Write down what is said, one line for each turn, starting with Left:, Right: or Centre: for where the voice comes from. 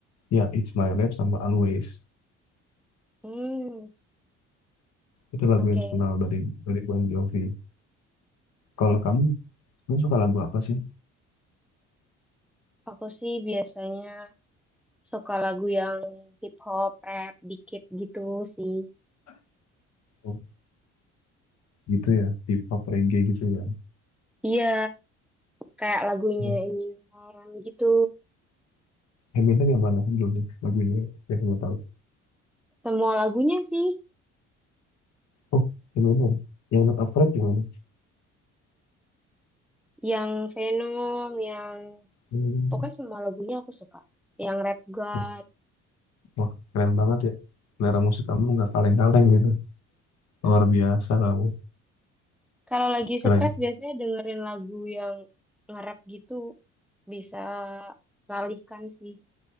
Left: Ya, It's My Life sama Always.
Centre: Hmm,
Left: Itu lagu
Centre: oke.
Left: yang terkenal dari dari Bon Jovi. Kalau kamu, kamu suka lagu apa sih?
Centre: Aku sih biasanya suka lagu yang hip hop, rap dikit gitu sih.
Left: Oh, gitu ya, hip hop reggae gitu ya.
Centre: Iya, kayak lagunya
Left: Oh,
Centre: Eminem gitu.
Left: Eminem yang mana? Belum ya, lagunya yang kamu tahu.
Centre: Semua lagunya sih,
Left: Oh, Eminem. Yang Not Afraid gimana?
Centre: yang Venom, yang
Left: Hmm.
Centre: pokoknya semua lagunya aku suka. Yang Rap God.
Left: Oh, wah, keren banget ya. Selera musik kamu nggak kaleng-kaleng gitu. Luar biasa kamu.
Centre: Kalau lagi
Left: Keren.
Centre: stres biasanya dengerin lagu yang nge-rap gitu bisa teralihkan sih